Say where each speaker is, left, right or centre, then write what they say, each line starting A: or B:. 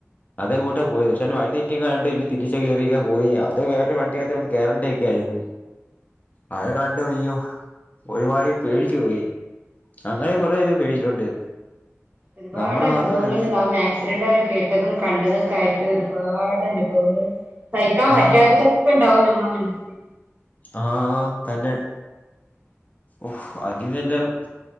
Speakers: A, on the left; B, on the right.
A: അതേ കൂട്ട പോയത് പക്ഷേ അവന് വഴിതെറ്റിന്നങ്ങാണ്ട് പിന്ന തിരിച്ച കയറീക്ക പോയി ഇത് വേറൊരുവണ്ടിക്കകത്ത് വന്ന് കേറേണ്ടേ ഒക്കെ ആയിരുന്നു അതെ കണ്ടു അയ്യോ ഒരുമാതി പേടിച്ചു പോയി അങ്ങനെ കുറേ ഇത് പേടിച്ചിട്ടുണ്ട്
B: ഒരുപാട്
A: നമ്മള്
B: അനുഭവങ്ങള്ണ്ടാകും
A: മാത്രം ശ്രദ്ധിച്ച്
B: മാക്സി അരണ്ടാരം കേട്ടതും കണ്ടതൊക്കെ ആയിട്ട് ഒരുപാട് അനുഭവങ്ങൾ സഹിക്കാൻ
A: ഉം
B: പറ്റാത്തതൊക്കെ ണ്ടാവും ഞമ്മളെ മനസ്സില്
A: ആആ തന്നെ ഓഹ് അതിനെല്ലാം